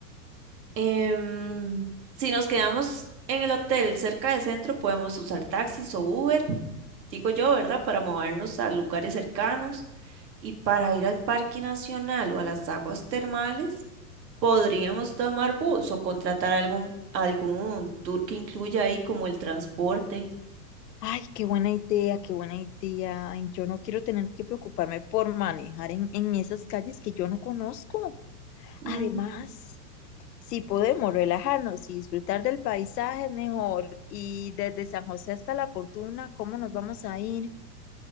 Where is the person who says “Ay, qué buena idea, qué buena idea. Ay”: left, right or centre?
Left